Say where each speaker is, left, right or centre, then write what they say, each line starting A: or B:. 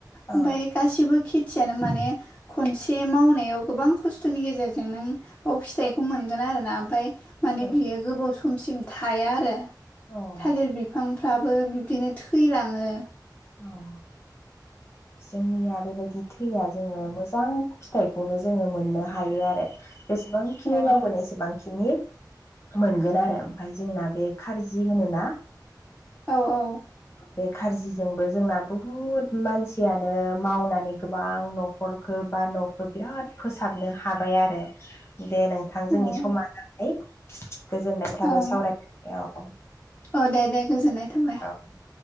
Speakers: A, on the left (about 35°); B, on the left (about 20°).
A: औ
B: ओमफ्राय गासिबो खेथियानो माने खनसे मावनायाव गोबां खस्थ'नि गेजेरजों जों नों बाव फिथाइखौ मोनगोन आरोना ओमफ्राय माने
A: औ
B: बियो गोबाव समसिम थाया आरो
A: औ
B: थालिर बिफांफ्राबो बिबदिनो थैलाङो
A: औ जोंनिया बेबायदि थैया जोङो मोजां फिथाइखौनो जोङो मोननो हायो आरो जसेबांखिनि
B: औ
A: मावगोन एसेबां खिनि मोनगोन आरो ओमफ्राय जोंना बे खारजि होनोना
B: औ औ
A: बे खारजि जोंबो जोंना बुहुत मानसियानो मावनानै गोबां न'खरखौ बा खौ बिराद फोसाबनो हाबाय आरो दे नोंथां
B: औ
A: जोंनि समा जाबाय गोजोननाय थाबाय
B: ओं
A: सावरायनायाव
B: औ दे दे गोजोननाय थाबाय
A: <unintelligible>